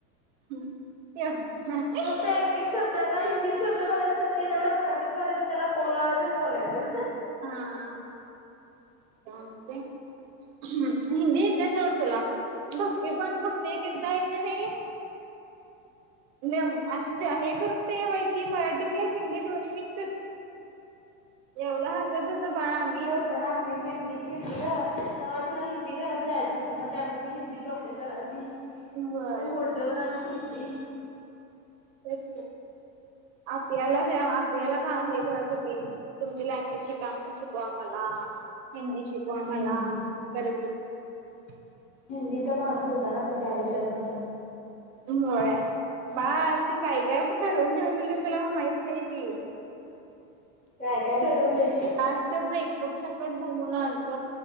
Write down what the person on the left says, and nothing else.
एक एक शब्दांना हिंदीत शब्द <unintelligible> तेवढं मराठीत म्हणायचं. त्याला ओ लावायचं आणि बोलायचं.
त्याना हिंदी हिंदी घरात तवा तिला हिंदी घरात जायचं होतं ना, त्यामुळे ती हिंदी प्रॉपर करालती
आता ते मोडदवर आणि सोढली.
हम्म
हिंदीचा
माणूस होता ना त्याच्या आयुष्यात म्हणून.
काय काय ठरवल्याली.